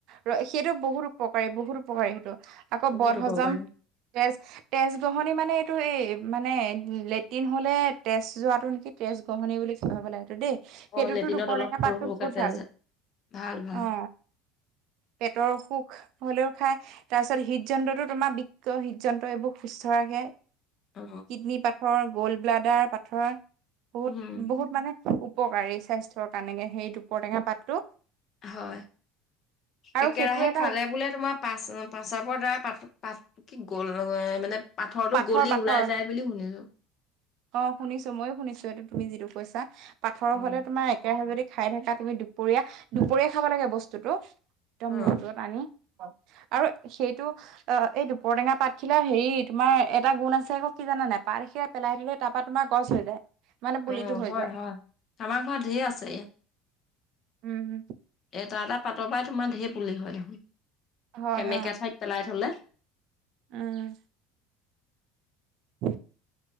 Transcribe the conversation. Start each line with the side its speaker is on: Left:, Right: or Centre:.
Right: ৰ সেইটো বহুত উপকাৰী বহুত উপকাৰী সেইটো আকৌ
Left: বহুত
Right: বদ
Left: উপকাৰী
Right: হজম তেজ তেজ গ্ৰহনি মানে এইটো এই মানে লেট্ৰিন হ'লে তেজ যোৱাটো নেকি তেজ গহনি বুলি কয় হবলা সেইটো দেই সেইটোতো
Left: অ লেট্ৰিনত
Right: দুপৰ
Left: অলপ
Right: টেঙা
Left: সৰু
Right: পাতটো
Left: সৰুকে
Right: বহুত
Left: তেজ
Right: ভাল
Left: যায়, ভাল ভাল
Right: অ পেটৰ অসুখ সুখ হলেও খাই তাৰপিছত হৃদ যন্ত্ৰতো তোমাৰ বিক হৃদ যন্ত্ৰ এইবোৰ সুস্থ ৰাখে।
Left: অ
Right: কিডনী পাথৰ গ'ল্ড ব্লাডাৰ পাথৰ বহুত
Left: উম
Right: বহুত মানে উপকাৰী স্বাস্থ্যৰ কাৰণে সেই দুপৰটেঙা পাতটো
Left: হয়
Right: আৰু
Left: একেৰাহে
Right: সেইটো এটা
Left: খালে বোলে তোমাৰ পাচ প্ৰস্ৰাৱৰ দ্বাৰা পাথ পাত কি গ'ল ৰঙয়ে মানে পাথৰটো
Right: পাথৰ
Left: গলি
Right: পাথৰ
Left: ওলাই যায় বুলি শুনিছো
Right: অ শুনিছো মইয়ো শুনিছো এইটো তুমি যিটো কইছা পাথৰ
Left: উম
Right: হলে তোমাৰ একে ৰাহে যদি খাই থকা তুমি দুপৰীয়া দুপৰীয়া খাব লাগে বস্তুতটো একদম
Left: অ
Right: ৰ'দত আনি আৰু সেইটো অ এই দুপৰটেঙা পাতখিলা হেৰি তোমাৰ এটা গুণ আছে আকৌ কি জানা নাই পাত এখিলা পেলাই থলে তাৰ পৰা তোমাৰ গছ হৈ যায় মানে পুলিটো
Left: অ
Right: হৈ
Left: হয়
Right: যায়
Left: হয় আমাৰ ঘৰত ঢেৰ আছে ইয়াত
Right: উমম
Left: এটা এটা পাতৰ পৰাই তোমাৰ ঢেৰ পুলি হয় দেখোন
Right: হয়
Left: সেমেকা
Right: অ
Left: ঠাইত পেলাই থলে
Right: উম হয় <unintelligible>